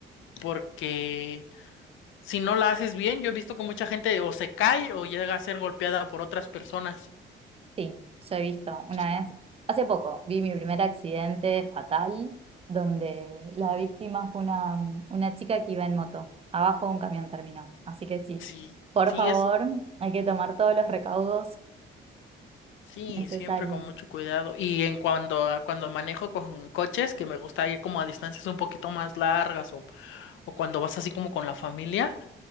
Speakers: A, on the left (about 75°); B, on the right (about 30°).
A: porque si no la haces bien, yo he visto que mucha gente o se cae o llega a ser golpeada por otras personas.
B: Sí, yo he visto
A: Mm,
B: una vez, hace poco, vi mi primer accidente fatal donde la víctima fue una, una chica que iba en moto. Abajo de un camión terminó. Así que sí,
A: Sí,
B: por
A: sí
B: favor,
A: es.
B: hay que tomar todos los recaudos
A: Sí,
B: necesarios.
A: siempre con mucho cuidado. Y en cuando, a- cuando manejo con coches, que me gusta ir como a distancias un poquito más largas o, o cuando vas así como con la familia,